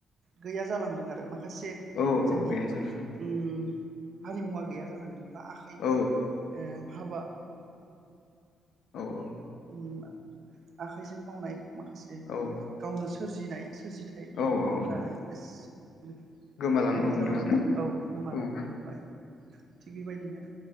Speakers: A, on the right (about 45°); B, on the left (about 75°).
A: गैया जालांदों आरो मा माखासे
B: औ
A: जोंनि
B: औ गैया जालांदों
A: ओम हारिमुवा गैया जालांदों बा आखाइनि
B: औ
A: ओ हाबा
B: औ औ
A: ओम आखाइजों मावनाय माखासे
B: औ
A: गावनो सोरजिनाय सोरजिथय
B: औ औ
A: फोरा इस ओम
B: गोमालांनो
A: गैया
B: हमदों
A: जालांबाय
B: आरो
A: औ गोमालांनो
B: औ उम
A: हमबाय थिग बेबायदिनो